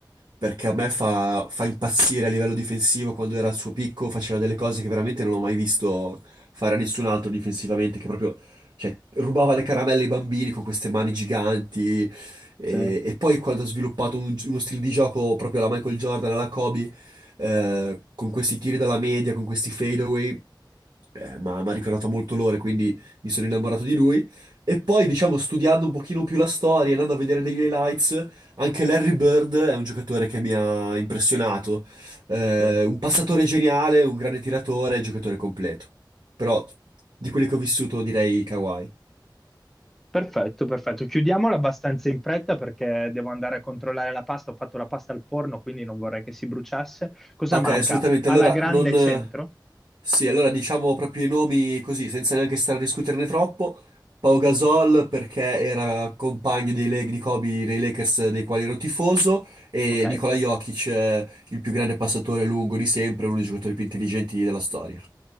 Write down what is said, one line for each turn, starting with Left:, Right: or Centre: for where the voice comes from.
Right: perché a me fa, fa impazzire a livello difensivo. Quando era al suo picco faceva delle cose che veramente non ho mai visto fare a nessun altro difensivamente, che proprio, cioè, rubava le caramelle ai bambini con queste mani giganti. E,
Centre: sì,
Right: e poi quando ha sviluppato un- uno stile di gioco proprio alla Michael Jordan, alla Kobe, eh, con questi tiri dalla media, con questi fadeaway, eh, ma mi ha ricordato molto l'ore, quindi mi sono innamorato di lui. E poi, diciamo, studiando un pochino più la storia, andando a vedere degli highlights, anche Larry Bird è un giocatore che mi ha impressionato. Eh,
Centre: sì.
Right: un passatore geniale, un grande tiratore, giocatore completo. Però di quelli che ho vissuto direi Kawhi.
Centre: Perfetto, perfetto. Chiudiamola abbastanza in fretta perché devo andare a controllare la pasta. Ho fatto la pasta al forno, quindi non vorrei che si bruciasse. Cosa
Right: Ok,
Centre: manca?
Right: assolutamente.
Centre: Alla
Right: Allora,
Centre: grande
Right: non,
Centre: centro,
Right: Sì, allora diciamo proprio i nomi così, senza neanche stare a discuterne troppo. Pau Gasol perché era compagno dei, Lak- di Kobe dei Lakers dei quali ero tifoso e
Centre: ok?
Right: Nikola Jokic, eh, il più grande passatore lungo di sempre, uno dei giocatori più intelligenti della storia.